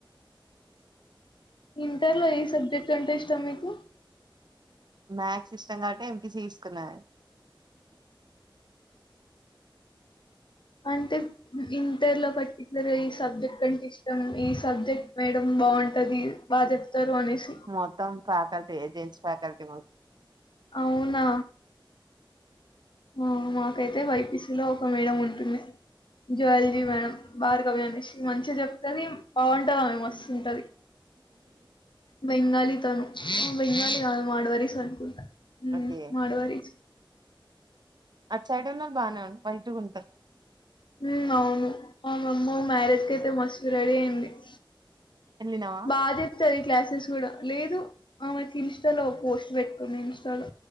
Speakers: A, on the left; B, on the right.
A: ఇంటర్ లో ఈ సబ్జెక్ట్ అంటే ఇష్టం మీకు హు
B: మ్యాథ్స్ ఇష్టం కాబట్టి ఎంపిసి తీసుకున్నా
A: అంటే ఇంటర్ లో పర్టికులర్ ఈ సబ్జెక్ట్ కంటే ఇష్టం ఈ సబ్జెక్ట్ మేడం బాగుంటది బాగా చెప్ తరు అనేసి
B: మొత్తం ఫ్యాకల్టీ జెంట్స్ ఫాకల్టీ
A: అవునా హు మాకైతే వైపీస లో ఒక మేడ ఉంట అ జూవాలాజీ మేడం బాారు కబ అనిసి మంచి జప్ కానీ బాగుంటది ఆమె మస్తుంటది బెంగాళితను బెంగాలీ కాదు మద్వరీస్ హు హూ
B: ఓకే
A: మద్వరీస్
B: అటు సైడ్ ఉన్నారు బానే ఉండి బయట ఉంటారు
A: ఉ అవును మా మా అమ్మ మ్యారేజ్ క అయితే మస్తు రెడీ అయింది ఆ
B: వెళ్ళినావా
A: బ చెప్తది క్లాసెస్ కూడా లేదు ఆమెకి ఇన్స్టాలో పోస్ట్ పెట్ తన ఇన్స్టాల్